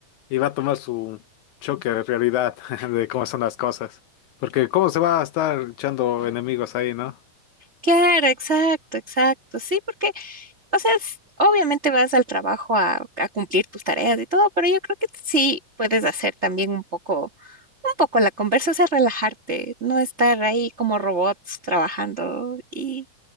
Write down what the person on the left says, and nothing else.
y va a tomar su choque de realidad <laughs> de cómo son las cosas. Porque cómo se va a estar echando enemigos ahí, ¿no?